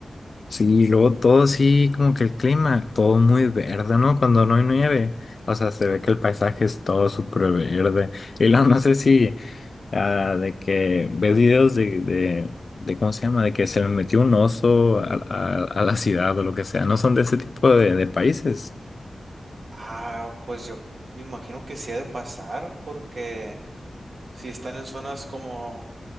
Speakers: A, on the left; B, on the right.
A: Sí, y luego todo sí, como que el clima, todo muy verde, ¿no? Cuando no hay nieve, o sea, se ve que el paisaje es todo súper verde. Y luego no sé si... Ah, de que ves videos de, de, de, ¿cómo se llama? De que se le metió un oso a, a- a la ciudad o lo que sea. No son de ese tipo de, de países.
B: Ah, pues yo me imagino que sí ha de pasar porque si están en zonas como